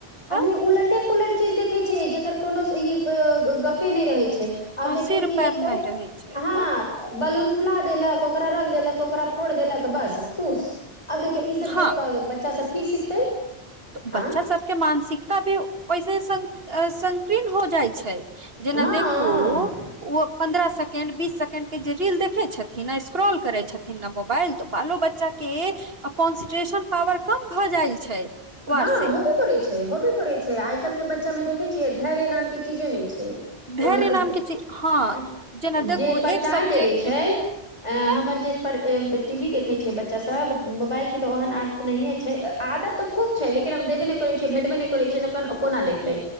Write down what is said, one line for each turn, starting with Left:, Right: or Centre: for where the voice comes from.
Right: तऽ
Left: आ नै उलटे पुलट चीज देखै छै। जेकर कोनो ई गपे नहि रहै छै।
Right: अ,
Left: आब देखियौ
Right: सिर
Left: की
Right: पैर
Left: देखतै?
Right: नहि रहै छै
Left: हँ
Right: तऽ
Left: बलून फुला देलक ओकरा रख देलक ओकरा फोड़ देलक बस खुश। आब देखियौ ई सब देख
Right: हँ
Left: क' बच्चा सब की सिखतै?
Right: त बच्चा
Left: आ
Right: सबके मानसिकता भी ओहिसे संक संकीर्ण हो जाइ छै। जेना
Left: हँ
Right: देखू
Left: हँ
Right: ओ पन्द्रह सेकेंड बीस सेकेंड के जे रील देखे छथिन आ स्क्रॉल करे छथिन ने मोबाइल तऽ बालो बच्चा के कॉन्सेन्ट्रेशन पावर कम भऽ जाइ छै। वार
Left: हँ
Right: से
Left: होबे करै छै होबे करै छै आइ काल्हि के बच्चामे देखै छियै धैर्य नाम के चीजे नहि छै।
Right: धैर्य
Left: ओ न
Right: नाम के चीज हँ जेना देखू
Left: जे प्रचार
Right: एक सब्जेक्ट
Left: देबे छै। ऐं
Right: तऽ
Left: हमर जे पर टीवी देखे छै बच्चा सब मोबाइल के तो ओहन आद त नहिये छै। आदत तऽ खूब छै। लेकिन हम देबे नहि करै छियै। भेटबे नहि करै छै। त कोना देखतै?
Right: ह